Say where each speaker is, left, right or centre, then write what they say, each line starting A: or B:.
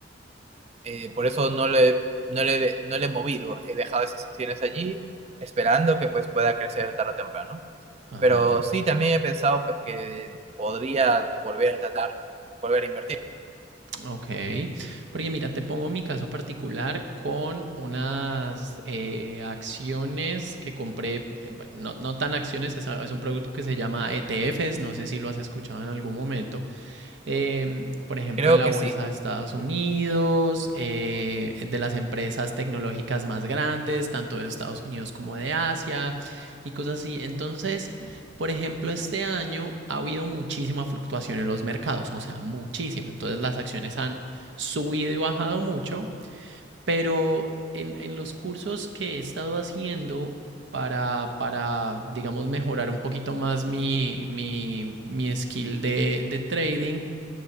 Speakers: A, on the right; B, on the right.
A: Eh, por eso no le, no le, no le he movido, he dejado esas secciones allí, esperando que pues pueda crecer tarde o temprano.
B: Ajá,
A: Pero sí, también he pensado pues que podría volver a tratar, volver a invertir.
B: ok. Porque mira, te pongo mi caso particular con unas eh, acciones que compré, eh, bueno, no, no tan acciones, es, a- es un producto que se llama ETFs, no sé si lo has escuchado en algún momento, eh, por ejemplo,
A: Creo
B: en la
A: que
B: bolsa
A: sí.
B: de Estados Unidos, eh, de las empresas tecnológicas más grandes, tanto de Estados Unidos como de Asia y cosas así. Entonces, por ejemplo, este año ha habido muchísima fluctuación en los mercados, o sea, muchísima. Entonces, las acciones han subido y bajado mucho, pero en, en los cursos que he estado haciendo para, para digamos, mejorar un poquito más mi, mi, mi skill de, de trading,